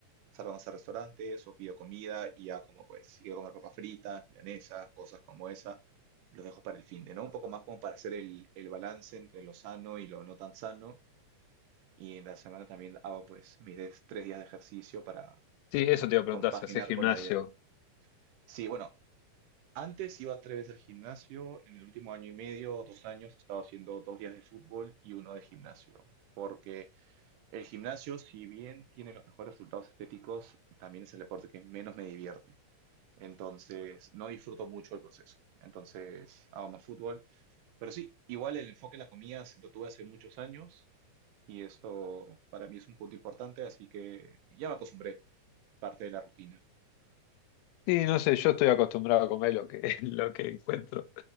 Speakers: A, on the right; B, on the left.
A: Salvamos a restaurantes o pido comida y ya como pues si quiero comer papas fritas, milanesas, cosas como esa, los dejo para el fin de, ¿no? Un poco más como para hacer el, el balance entre lo sano y lo no tan sano. Y en la semana también hago pues mis des- tres días de ejercicio para
B: Sí, eso te iba a preguntar,
A: compaginar
B: si haces gimnasio.
A: con la dieta. Sí, bueno, antes iba tres veces al gimnasio, en el último año y medio o dos años he estado haciendo dos días de fútbol y uno de gimnasio. Porque el gimnasio, si bien tiene los mejores resultados estéticos, también es el deporte que menos me divierte. Entonces, no disfruto mucho el proceso. Entonces, hago más fútbol. Pero sí, igual el enfoque en las comidas lo tuve hace muchos años y esto para mí es un punto importante, así que ya me acostumbré, parte de la rutina.
B: Y no sé, yo estoy acostumbrado a comer lo que, <laughs> lo que encuentro.